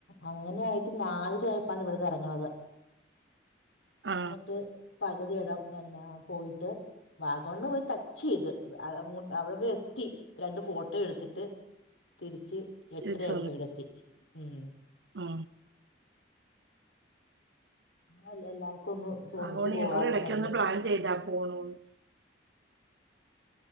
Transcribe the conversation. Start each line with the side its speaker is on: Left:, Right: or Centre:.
Left: അങ്ങനെയായിട്ട് നാല് പ്പാണ് ഇവിടുന്ന് ഇറങ്ങണത്
Right: ആ
Left: എന്നിട്ട് പകുതിയിടാം എന്നെ പോയിട്ട് വാഗമണ്ണ് പോയി ടച്ച് ചെയ്ത് അവിടെ എത്തി രണ്ട് ഫോട്ടോ എടുത്തിട്ട് തിരിച്ച് എട്ടര
Right: തിരിച്ചു
Left: ആമ്പോ പേരേലത്തി ഉം
Right: ആ
Left: അല്ല ല്ല എല്ലാർക്കും ഒന്നും ചോന്നിച്ചു
Right: അതുകൊണ്ട്
Left: പോവാതും
Right: ഞങ്ങൾ ഇടയ്ക്കൊന്ന്
Left: പറഞ്ഞ്
Right: പ്ലാൻ ചെയ്താ പോണൂന്ന്